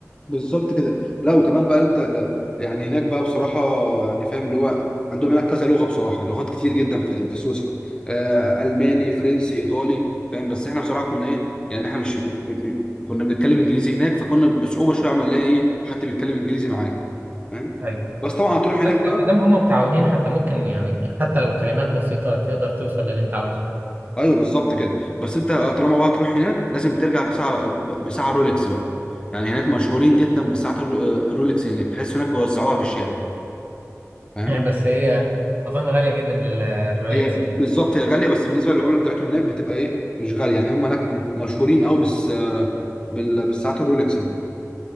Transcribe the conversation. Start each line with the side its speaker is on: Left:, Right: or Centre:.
Left: بالظبط كده لا وكمان بقى انت لا يعني هناك بقى بصراحه يعني فاهم اللي هو عندهم هناك كذا لغه بصراحه لغات كتير جدا في في سويسرا آه الماني فرنسي ايطالي فاهم بس احنا بصراحه كنا ايه يعني احنا مش م... م... م... كنا بنتكلم انجليزي هناك فكنا بصعوبه شويه عم نلاقي ايه حد بيتكلم انجليزي معانا فاهم
Right: طيب
Left: بس طبعا هتروح هناك
Right: بس
Left: بقى
Right: ما دام هم متعاونين حتى ممكن يعني حتى لو كلمات بسيطه تقدر توصل للي انت عاوزه
Left: ايوه بالظبط كده بس انت طالما بقى هتروح هناك لازم ترجع بساعه ب- بساعه رولكس بقى يعني هناك مشهورين جدا بساعه الرو- الرولكس هناك تحس هناك بيوزعوها في الشارع فاهم.
Right: <laughs> بس هي اظن غاليه جدا ال- الرولكس
Left: هي
Right: هنا
Left: بالظبط هي غاليه بس بالنسبه للعمله بتاعتهم هناك بتبقى ايه مش غاليه يعني هم هناك م- مشهورين قوي بس آه، بال- بالساعات الرولكس دي